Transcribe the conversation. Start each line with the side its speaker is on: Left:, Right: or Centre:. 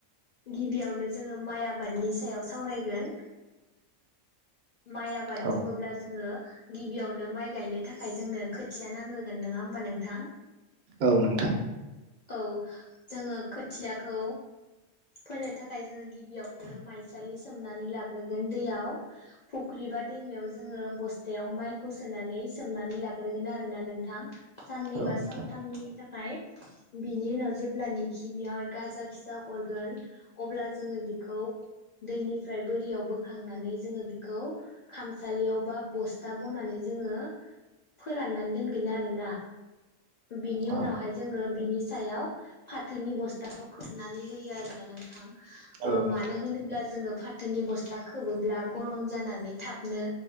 Left: गिबियावनो जोङो माइ आबादनि सायाव सावरायगोन। माइ आबाद
Right: औ
Left: बुङोब्ला जोङो गिबियावनो माइ गायनो थाखाय जोंनो खोथिया नांग्रोगोन नङा होमबा नोंथां?
Right: औ नोंथां।
Left: औ जोङो खोथियाखौ फोनो थाखाय जोङो गिबियावनो माइसालि सोमनानै लाग्रोगोन दैयाव फुख्रि बा दैमायाव जोङो बस्थायाव माइखौ सोनानै सोमनानै लाग्रोगोन आरोना नोंथां। साननै
Right: औ
Left: बा
Right: नोंथां
Left: सानथामनि थाख माइ बिनि उनाव जेब्लानोखि बेयाव गाजा फिसा अरगोन अब्ला जोङो बिखौ दैनिफ्राय बोरियाव बोखांनानै जोङो बिखौ खामसालियाव बा बस्था बनानै जोङो फोराननानै दोनगोन आरोना। बिनि उनावहाय
Right: औ
Left: जोङो बिनि सायाव। फाथोनि बस्थाखौ खोबनानै होयो आरोना नोंथां ओ
Right: औ नोंथां
Left: मानो होनोब्ला जोङो फाथोनि बस्था खोबोब्ला गरम जानानै थाबनो